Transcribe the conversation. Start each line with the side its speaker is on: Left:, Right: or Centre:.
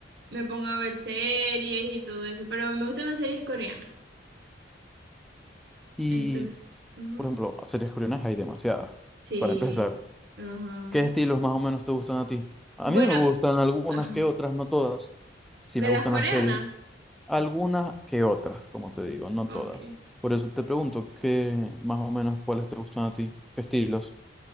Right: me pongo a ver series y todo eso, pero me gustan las series coreanas.
Centre: Y,
Right: Entonces, ujú,
Centre: por ejemplo, series coreanas hay demasiadas.
Right: Sí,
Centre: Para empezar,
Right: ajá.
Centre: ¿qué estilos más o menos te gustan a ti? A
Right: Bueno,
Centre: mí me gustan algunas
Right: ajá.
Centre: que otras, no todas. Sí
Right: ¿De
Centre: me gustan
Right: las coreanas?
Centre: las series, algunas que otras, como te digo, no
Right: Ok.
Centre: todas. Por eso te pregunto, ¿qué más o menos cuáles te gustan a ti? ¿Qué estilos?